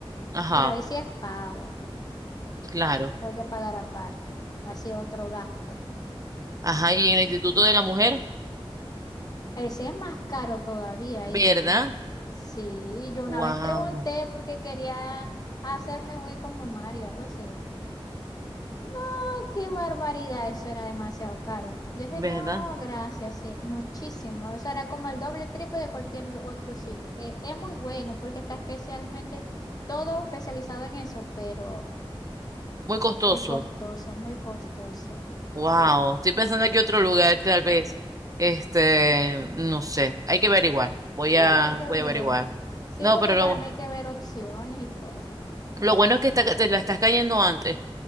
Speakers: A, on the right; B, on the left.
A: Ajá,
B: pero ahí sí es pago.
A: claro.
B: Tengo que pagar aparte. Así otro gasto.
A: Ajá, y en el Instituto de la Mujer,
B: Ese es más caro todavía,
A: ¿verdad?
B: ¿viste? Sí, yo una
A: Wow.
B: vez pregunté porque quería hacerme un eco mamario, algo así. No, qué barbaridad, eso era demasiado caro. Yo dije,
A: ¿Verdad?
B: no, gracias, sí, muchísimo. O sea, era como el doble, triple de cualquier otro sitio. Eh, es muy bueno porque está especialmente todo especializado en eso, pero
A: Muy costoso.
B: es costoso, muy costoso.
A: Wow,
B: Sí,
A: estoy pensando aquí otro lugar, tal vez. Este, no sé, hay que averiguar. Voy
B: sí,
A: a,
B: hay que
A: voy
B: averiguar.
A: a averiguar.
B: Sí,
A: No,
B: porque
A: pero lo,
B: también hay que ver opciones y cosas.
A: lo bueno es que está- te la estás cayendo antes.